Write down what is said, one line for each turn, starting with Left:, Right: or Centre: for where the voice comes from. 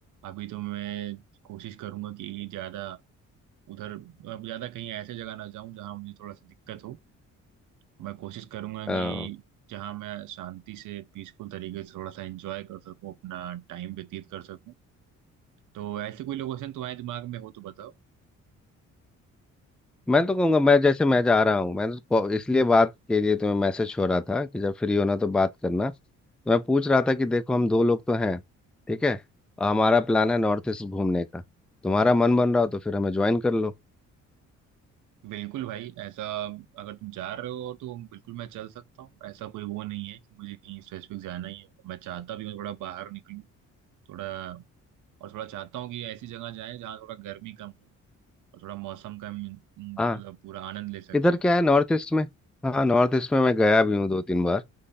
Right: अभी तो मैं कोशिश करूंगा कि ज़्यादा उधर अब ज़्यादा कहीं ऐसे जगह ना जाऊं जहां मुझे थोड़ा सा दिक्कत हो मैं कोशिश करूंगा
Centre: अ,
Right: कि जहां मैं शांति से पीसफुल तरीके से थोड़ा सा एंजॉय कर सकूं अपना टाइम व्यतीत कर सकूं तो ऐसे कोई लोकेशन तुम्हारे दिमाग में हो तो बताओ
Centre: मैं तो कहूँगा मैं जैसे मैं जा रहा हूँ मैं तो को- इसलिए बात के लिए तुम्हें मैसेज छोड़ रहा था कि जब फ्री होना तो बात करना तो मैं पूछ रहा था कि देखो हम दो लोग तो हैं ठीक है और हमारा प्लान है नॉर्थ ईस्ट घूमने का तुम्हारा मन बन रहा हो तो फिर हमें ज्वाइन कर लो
Right: बिल्कुल भाई ऐसा अगर तुम जा रहे हो तो बिल्कुल मैं चल सकता हूँ ऐसा कोई वो नहीं है कि मुझे कहीं स्पेसिफिक जाना ही है मैं चाहता भी हूँ थोड़ा बाहर निकलूँ थोड़ा और थोड़ा चाहता हूँ कि ऐसी जगह जाए जहाँ थोड़ा गर्मी कम हो और थोड़ा मौसम का हम्म, मतलब
Centre: हाँ
Right: पूरा आनंद ले सकें
Centre: इधर
Right: हम
Centre: क्या है नॉर्थ ईस्ट में हाँ नॉर्थ ईस्ट में मैं गया भी हूँ दो तीन बार